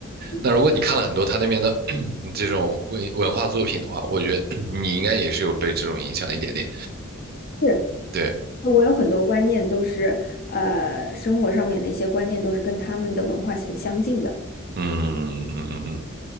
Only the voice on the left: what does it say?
嗯
是，
我有很多观念都是，呃，生活上面的一些观念都是跟他们的文化很相近的。